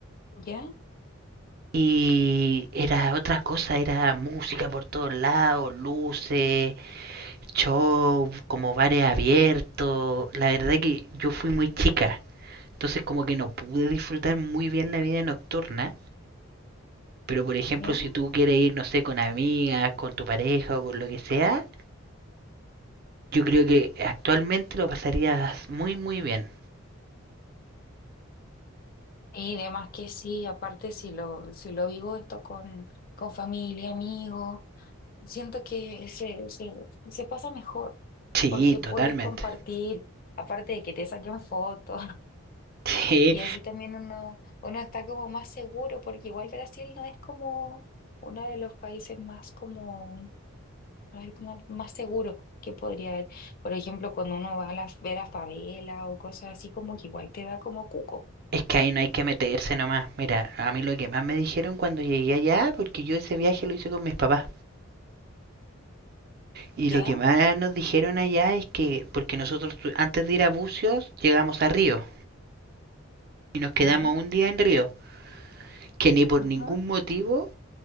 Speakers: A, on the left; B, on the right.
A: ya,
B: y era otra cosa, era música por todos lados, luces, show, como bares abiertos. La verdad que yo fui muy chica, entonces como que no pude disfrutar muy bien la vida nocturna. Pero por ejemplo,
A: ya.
B: si tú quieres ir, no sé, con amigas, con tu pareja o con lo que sea, yo creo que actualmente lo pasarías muy, muy bien.
A: Y demás que sí, aparte si lo, si lo vivo esto con, con familia, amigos, siento que se, se, se pasa mejor
B: Sí,
A: porque puedes
B: totalmente.
A: compartir, aparte de que te saquen fotos.
B: <laughs> Sí,
A: Y así también uno, uno está como más seguro, porque igual Brasil no es como uno de los países más como, a ver, como más seguros que podría haber. Por ejemplo, cuando uno va a la, ver a favela o cosas así, como que igual te da como cuco.
B: Es que ahí no hay que meterse nomás. Mira, a mí lo que más me dijeron cuando llegué allá, porque yo ese viaje lo hice con mis papás, y
A: Ya,
B: lo que más nos dijeron allá es que, porque nosotros tu- antes de ir a Bucios llegamos a Río y nos quedamos
A: ya,
B: un día en Río, que ni por
A: ajá,
B: ningún motivo